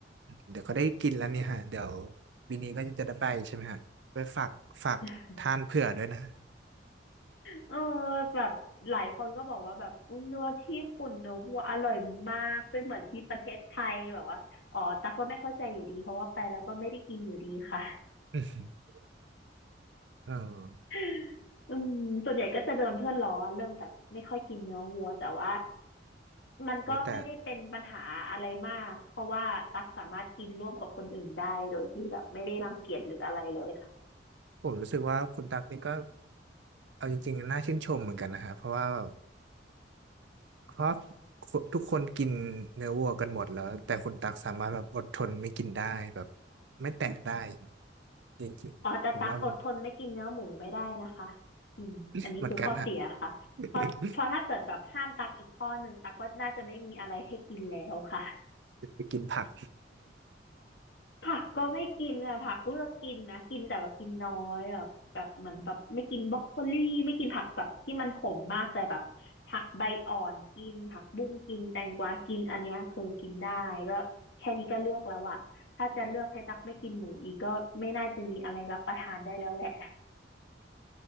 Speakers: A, on the right; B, on the left.
A: เดี๋ยวก็ได้กินแล้วเนี่ยฮะเดี๋ยววินนี้ก็จะได้ไปใช่ไหมฮะไปฝากฝากทานเผื่อด้วยนะฮะ
B: <laughs> เออแบบหลายคนก็บอกว่าแบบอุ๊ยเนื้อที่ญี่ปุ่นเนื้อวัวอร่อยมากไม่เหมือนที่ประเทศไทยแบบว่าอ๋อตักก็ไม่เข้าใจอยู่ดีเพราะว่าไปแล้วก็ไม่ได้กินอยู่ดีค่ะ
A: อืมเออ
B: <laughs> อืมส่วนใหญ่ก็จะโดนเพื่อนล้อเรื่องแบบไม่ค่อยกินเนื้อวัวแต่ว่า มันก็ไม่ได้เป็นปัญหาอะไรมากเพราะว่าตักสามารถกินร่วมกับคนอื่นได้โดยที่แบบไม่ได้รังเกียจหรืออะไรเลยค่ะ
A: โอ้แต่ผมรู้สึกว่าคุณตั๊กนี่ก็เอาจริงๆน่าชื่นชมเหมือนกันนะฮะเพราะว่าแบบเพราะคนทุกคนกินเนื้อวัวกันหมดแล้วแต่คุณตั๊กสามารถแบบอดทนไม่กินได้แบบไม่แตะได้จริงๆผมว่ามัน
B: อ๋อแต่ตักอดทนไม่กินเนื้อหมูไม่ได้นะคะอืมอันนี้คือข้อเสียค่ะเพราะเพราะถ้าเกิดแบบห้ามตักอีกข้อหนึ่งตักก็น่าจะไม่มีอะไรให้กินแล้วค่ะ
A: <laughs> เหมือนกันฮะ <laughs> ไปกินผัก
B: ผักก็ไม่กินอะผักเลือกกินนะกินแต่ว่ากินน้อยแบบแบบเหมือนแบบไม่กินบรอกโคลี่ไม่กินผักแบบที่มันขมมากแต่แบบผักใบอ่อนกินผักบุ้งกินแตงกวากินอันเนี้ยคือกินได้ก็แค่นี้ก็เลือกแล้วอะถ้าจะเลือกให้ตักไม่กินหมูอีกก็ไม่น่าจะมีอะไรรับประทานได้แล้วแหละ